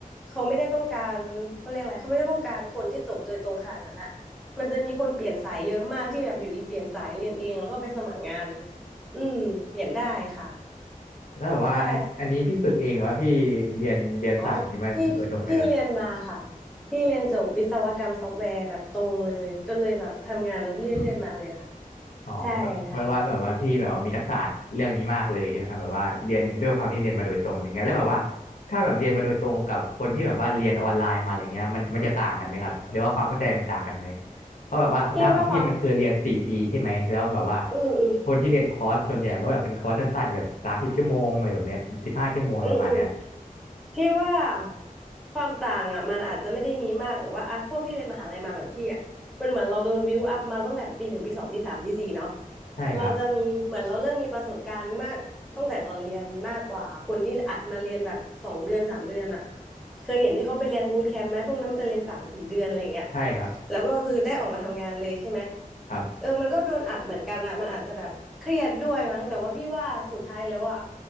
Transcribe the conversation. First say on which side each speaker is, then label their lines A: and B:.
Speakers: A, in the centre; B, on the left (about 65°).
A: เขาไม่ได้ต้องการเขาเรียกอะไรเขาไม่ได้ต้องการคนที่จบโดยตรงขนาดนั้นอะมันจะมีคนเปลี่ยนสายเยอะมากที่แบบอยู่ดีเปลี่ยนสายเรียนเองแล้วก็ไปสมัครงานอืมเปลี่ยนได้ค่ะ
B: แล้วแบบว่าอันอันนี้พี่ฝึกเองหรือว่าพี่เรียนเรียนสายนี้มาโดยตรงเลยเหรอ
A: ใช่ อ๋อพี่พี่เรียนมาค่ะ พี่เรียนจบวิศวกรรมซอฟต์แวร์แบบตรงเลย ก็เลยแบบทำงานเรื่อยๆมาเลยค่ะ
B: ครับอ๋อแบบแบบว่าแบบว่าพี่แบบว่ามีทักษะเรื่องนี้มากเลยใช่ไหมครับแบบว่าเรียนด้วยความที่เรียนมาโดยตรงอย่างเงี้ยแล้วแบบว่า
A: ใช่ค่ะ
B: ถ้าแบบเรียนมาโดยตรงกับคนที่แบบว่าเรียนออนไลน์มาอะไรเงี้ยมันมันจะต่างกันไหมครับหรือว่าความเข้าใจมันต่างกันไหมเพราะแบบว่าถ้าของพี่มันคือเรียนสี่ปีใช่ไหมแล้วแบบว่า
A: พี่ว่าความ อืมอืม
B: คนที่เรียนคอร์สส่วนใหญ่ก็แบบเป็นคอร์สสั้นๆแบบสามสิบชั่วโมงอะไรแบบเนี้ยสิบห้าชั่วโมงอะไรประมาณเนี้ย
A: อืมอืม พี่ว่าความต่างอ่ะมันอาจจะไม่ได้มีมากแต่ว่าอ่ะพวกที่เรียนมหาลัยมาแบบพี่อ่ะมันเหมือนเราโดนบิวอัพมาตั้งแต่ปีหนึ่งปีสองปีสามปีสี่เนาะ
B: ใช่ครับ
A: เราจะมีเหมือนเราเริ่มมีประสบการณ์มากตั้งแต่ตอนเรียนมากกว่าคนที่อัดมาเรียนแบบสองเดือนสามเดือนอ่ะเคยเห็นที่เขาไปเรียนบูตแคมป์ไหมพวกนั้นมันจะเรียนสามสี่เดือนอะไรอย่างเงี้ย
B: ใช่ครับ
A: แล้วก็คือได้ออกมาทำงานเลยใช่ไหม
B: ครับ
A: เออมันก็โดนอัดเหมือนกันอะมันอาจจะแบบเครียดด้วยมั้งแต่ว่าพี่ว่าสุดท้ายแล้วอะ